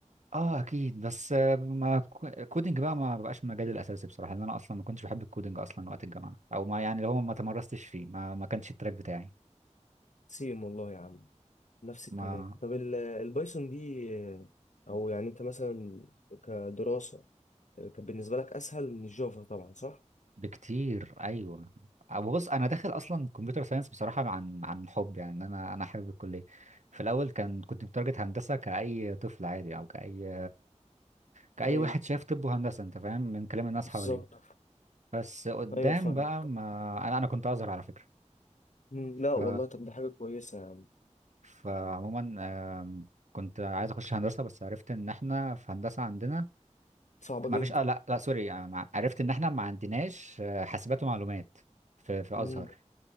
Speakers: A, on the right; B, on the left.
A: اه اكيد بس آه، ما كو- كودينج بقى ما بقاش مجالي الاساسي بصراحة لان انا اصلا ما كنتش بحب الكودينج اصلا وقت الجامعة او ما يعني اللي هو ما تمرستش فيه ما ما كانش التراك بتاعي
B: سيم والله يا عم نفس الكلام
A: ما
B: طب ال- البايثون دي آه، او يعني انت مثلا كدراسة آه، كان بالنسبة لك اسهل من الجافا طبعا صح؟
A: بكتير ايوه أو بص انا داخل اصلا كمبيوتر ساينس بصراحة عن عن حب يعني إن انا انا حابب الكلية في الاول كان كنت متارجت هندسة كأي طفل عادي او كأي كأي
B: ايوه
A: واحد شايف طب وهندسة انت فاهم من كلام الناس
B: بالظبط
A: حواليه بس قدام
B: ايوه فاهم
A: بقى ما انا انا كنت ازهر على فكرة
B: مم، لا
A: ف
B: والله طب ده حاجة كويسة يا عم
A: فعموما آم، كنت عايز اخش هندسة بس عرفت ان احنا في هندسة عندنا
B: صعبة
A: ما
B: جدا
A: فيش اه لا لا سوري آه، مع- عرفت ان احنا ما عندناش آه، حاسبات ومعلومات في في
B: مم،
A: ازهر